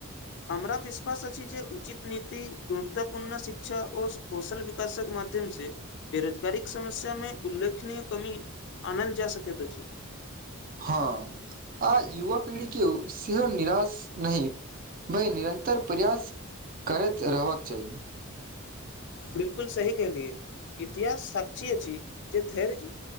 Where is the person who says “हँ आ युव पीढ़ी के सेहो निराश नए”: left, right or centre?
Right